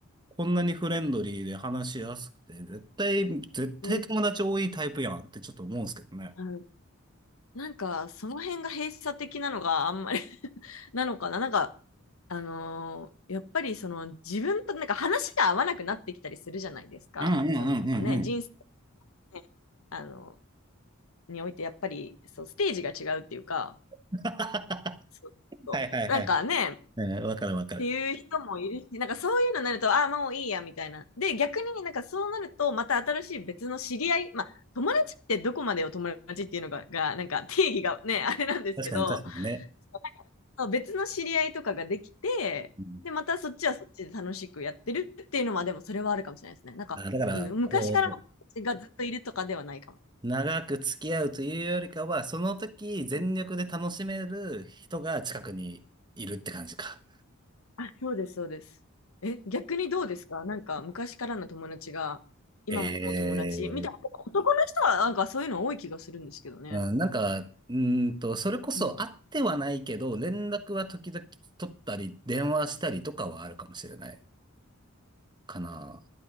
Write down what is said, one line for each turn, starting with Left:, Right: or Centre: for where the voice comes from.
Right: こんなにフレンドリーで話しやすくて、絶対、絶対友達多いタイプやんってちょっと思うんですけどね。
Left: うん、あのなんかその辺が閉鎖的なのがあんまり <laughs> なのかな、なんか、あのーやっぱりその自分となんか話が合わなくなってきたりするじゃないですか、
Right: うんうんうんうん
Left: そのね、人生、ね、あのにおいてやっぱりそうステージが違うっていうか、
Right: は
Left: そうそうなんかね、
Right: いはいはい。うん、わかるわかる。
Left: っていう人もいるし、なんかそういうのになると、ああ、もういいや、みたいな。で、逆になんかそうなると、また新しい別の知り合い、まあ、友達ってどこまでを友達っていうのが、がなんか定義がね、<laughs> あれなんですけど、
Right: 確かに確かにね。
Left: なんかそう別の知り合いとかができて、
Right: うん、
Left: で、またそっちはそっちで楽しくやってるっていうのは、でもそれはあるかもしれないですね。なんか、
Right: あ、だから、
Left: うん、昔からの友達がずっといるとかではないかも。
Right: こう、長く付き合うというよりかは、その時全力で楽しめる人が近くにいるって感じか。
Left: うんあ、そうです、そうです。え、逆にどうですかなんか昔からの友達が今も友達みたいな、
Right: ええ
Left: 男の人はなんかそういうの多い気がするんですけどね。
Right: うんなんか、うーんと、それこそ会ってはないけど、
Left: うん。
Right: 連絡は時々取ったり、電話したりとかはあるかもしれないかな。